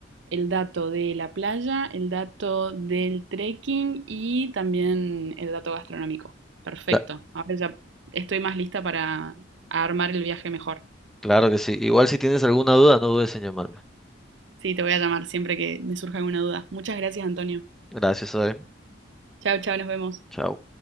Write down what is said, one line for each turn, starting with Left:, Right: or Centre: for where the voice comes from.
Right: el dato de la playa, el dato del trekking y también el dato gastronómico. Perfecto.
Centre: Da-
Right: Ahora ya estoy más lista para armar el viaje mejor.
Centre: claro que sí. Igual si tienes alguna duda, no dudes en llamarme.
Right: Sí, te voy a llamar siempre que me surja alguna duda. Muchas gracias, Antonio.
Centre: Gracias, Zoe.
Right: Chao, chao, nos vemos.
Centre: Chao.